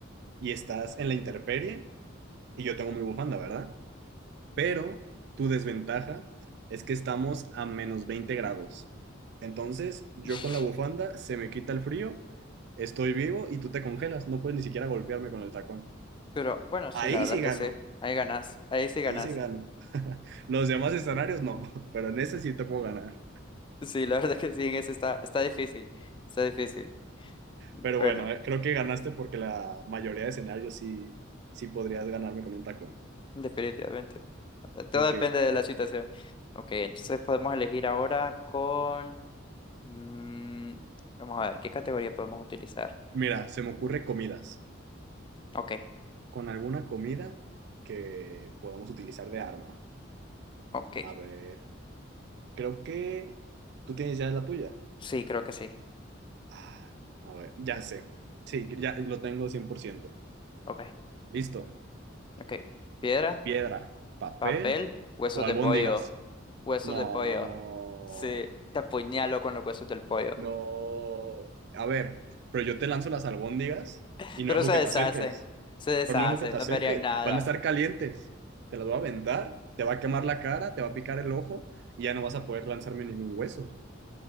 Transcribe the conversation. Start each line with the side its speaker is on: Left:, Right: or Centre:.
Right: y estás en la intemperie y yo tengo mi bufanda, ¿verdad? pero tu desventaja es que estamos a menos 20 grados. Entonces, yo
Left: <laughs>
Right: con la bufanda se me quita el frío, estoy vivo y tú te congelas. No puedes ni siquiera golpearme con el tacón.
Left: Pero bueno, sí,
Right: Ahí
Left: la verdad
Right: sí
Left: que
Right: gano,
Left: sí. Ahí ganas. Ahí sí
Right: ahí
Left: ganas.
Right: sí gano. <laughs> Los demás escenarios no, <laughs> pero en ese sí te puedo ganar.
Left: Sí, la verdad que sí, en eso está, está difícil, está difícil.
Right: Pero
Left: Bueno,
Right: bueno, eh, creo que ganaste porque la mayoría de escenarios sí, sí podrías ganarme con un tacón.
Left: definitivamente.
Right: Ok,
Left: Todo depende de la situación. Ok, entonces podemos elegir ahora con... mm, vamos a ver, ¿qué categoría podemos utilizar?
Right: mira, se me ocurre comidas.
Left: Ok,
Right: Con alguna comida que podamos utilizar de arma.
Left: ok.
Right: A ver, Creo que tú tienes ya la tuya.
Left: Sí, creo que sí.
Right: Ah, A ver, ya sé. Sí, ya lo tengo cien por ciento
Left: Ok,
Right: Listo.
Left: ok. Piedra,
Right: Piedra, papel
Left: papel, huesos
Right: o albóndigas.
Left: de pollo. Huesos
Right: No,
Left: de pollo. Sí, te apuñalo con los huesos del pollo.
Right: no. A ver, pero yo te lanzo las albóndigas
Left: <laughs>
Right: y no
Left: Pero
Right: dejo
Left: se
Right: que
Left: deshacen,
Right: te acerques.
Left: se deshacen,
Right: Pero no dejo que te
Left: no
Right: acerques.
Left: me harían nada.
Right: Van a estar calientes. Te las voy a aventar, te va a quemar la cara, te va a picar el ojo y ya no vas a poder lanzarme ningún hueso.